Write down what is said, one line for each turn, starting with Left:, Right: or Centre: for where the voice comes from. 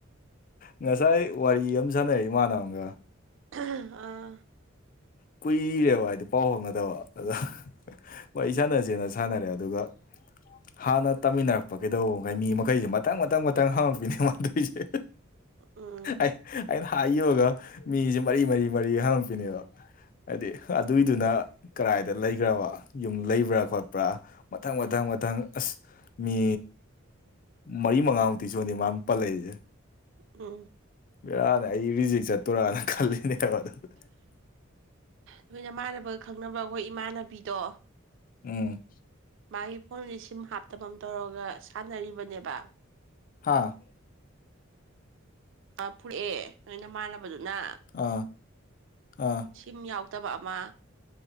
Left: ꯉꯁꯥꯏ ꯋꯥꯔꯤ ꯑꯝ ꯁꯥꯟꯅꯩ ꯏꯃꯥꯟꯅꯕ ꯑꯃꯒ꯫
Right: ꯑꯥ
Left: ꯀꯨꯏꯔꯦꯕ ꯍꯥꯏꯗꯤ ꯄꯥꯎ ꯐꯥꯎꯅꯗꯕ ꯑꯗ ꯋꯥꯔꯤ ꯁꯥꯟꯅꯁꯦꯅ ꯁꯥꯟꯅꯔꯦ ꯑꯗꯨꯒ ꯍꯥꯟꯅ ꯇꯝꯃꯤꯟꯅꯔꯛꯄ ꯀꯩꯗꯧꯕ ꯃꯈꯩ ꯃꯤ ꯃꯈꯩꯁꯦ ꯃꯊꯪ ꯃꯊꯪ ꯃꯊꯪ ꯍꯥꯡꯉꯛꯄꯤꯅꯦ ꯃꯥꯅ ꯇꯧꯏꯁꯦ
Right: ꯎꯝ
Left: ꯑꯩꯅ ꯍꯥꯏꯒꯤꯕꯒ ꯃꯤꯁꯦ ꯃꯔꯤ ꯃꯔꯤ ꯃꯔꯤ ꯍꯪꯉꯛꯄꯤꯅꯦꯕ ꯍꯥꯏꯗꯤ ꯑꯗꯨꯏꯗꯨꯅ ꯀꯗꯥꯥꯏꯗ ꯂꯩꯈ꯭ꯔꯕ ꯌꯨꯝ ꯂꯩꯕ꯭ꯔꯥ ꯈꯣꯠꯄ꯭ꯔꯥ ꯃꯊꯪ ꯃꯊꯪ ꯃꯊꯪ ꯑꯁ ꯃꯤ ꯃꯔꯤ ꯃꯉꯥꯃꯨꯛꯇꯤ ꯁꯨꯅꯤ ꯃꯥꯅ ꯄꯜꯂꯛꯏꯁꯦ
Right: ꯎꯝ
Left: ꯕꯦꯔꯥꯅꯦ ꯑꯩ ꯔꯤꯖꯤꯛ ꯆꯠꯇꯣꯏꯣꯔꯥꯅ ꯈꯜꯂꯤꯅꯦꯕ ꯑꯗꯨꯗ
Right: ꯅꯣꯏ ꯅꯃꯥꯟꯅꯕꯒ ꯈꯪꯅꯕ ꯑꯩꯈꯣꯏ ꯏꯃꯥꯟꯅꯕꯤꯗꯣ
Left: ꯎꯝ꯫
Right: ꯃꯥꯒꯤ ꯐꯣꯟ ꯁꯤꯝ ꯍꯥꯞꯇꯕ ꯑꯃ ꯇꯧꯔꯒ ꯁꯥꯟꯅꯔꯤꯕꯅꯦꯕ꯫
Left: ꯍꯥꯥ꯫
Right: ꯑꯥ ꯐꯨꯔꯛꯑꯦ ꯅꯣꯏ ꯅꯃꯥꯟꯅꯕꯗꯨꯅ꯫
Left: ꯑꯥ ꯑꯥ꯫
Right: ꯁꯤꯝ ꯌꯥꯎꯇꯕ ꯑꯃ꯫